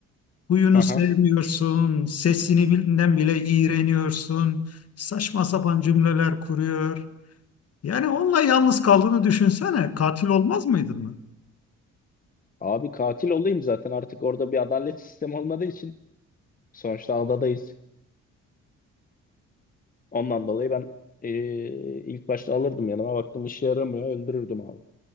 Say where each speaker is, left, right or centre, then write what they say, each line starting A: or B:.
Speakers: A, on the left; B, on the left.
A: Huyunu
B: Aha.
A: sevmiyorsun, sesini bildiğinden bile iğreniyorsun, saçma sapan cümleler kuruyor. Yani onunla yalnız kaldığını düşünsene, katil olmaz mıydın mı?
B: Abi katil olayım zaten artık orada bir adalet sistemi olmadığı için. Sonuçta adadayız. Ondan dolayı ben e, ilk başta alırdım yanıma. Baktım işe yaramıyor öldürürdüm abi.